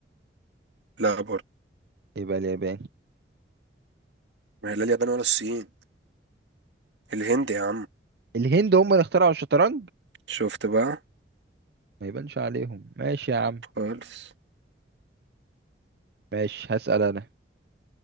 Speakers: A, on the right; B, on the right.
A: لا برضه
B: يبقى اليابان
A: ما هي لا اليابان ولا الصين الهند يا عم
B: الهند هم اللي اخترعوا الشطرنج
A: شفت بقى
B: ما يبانش عليهم ماشي يا عم
A: خالص
B: ماشي هسأل انا